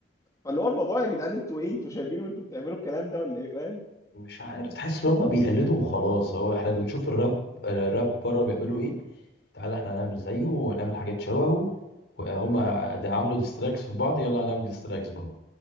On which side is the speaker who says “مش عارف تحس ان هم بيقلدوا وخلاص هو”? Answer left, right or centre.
Left